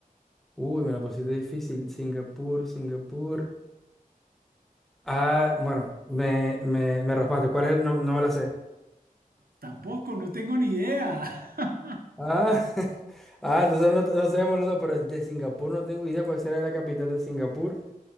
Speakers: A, in the centre; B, on the right.
A: Uy, me la pusiste difícil. Singapur, Singapur. Ah, bueno, me, me, me raspaste. ¿Cuál es? No, no me la sé.
B: Tampoco, no tengo ni idea. <laughs>
A: Ah, <laughs> ah, entonces no, no sabemos los dos, pero de Singapur no tengo idea cuál será la capital de Singapur.